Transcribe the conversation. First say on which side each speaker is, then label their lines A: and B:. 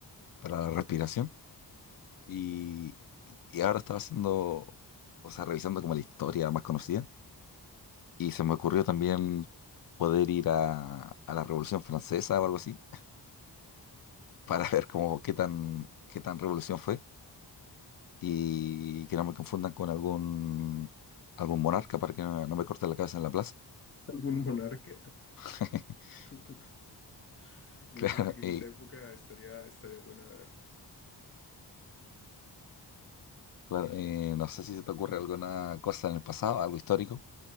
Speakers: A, on the left (about 55°); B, on the left (about 30°).
A: para la respiración. Y, y ahora estaba haciendo, o sea, revisando como la historia más conocida. Y se me ocurrió también poder ir a, a la Revolución Francesa o algo así, para <laughs> ver cómo qué tan, qué tan revolución fue. Y que no me confundan con algún, algún monarca para que no, no me corten la cabeza en la plaza.
B: ¿Algún monarca?
A: <laughs>
B: <laughs> Mira,
A: Claro,
B: fíjate que en
A: y-
B: esa época estaría, estaría buena,
A: claro, eh, no sé si se te ocurre alguna cosa en el pasado, algo histórico.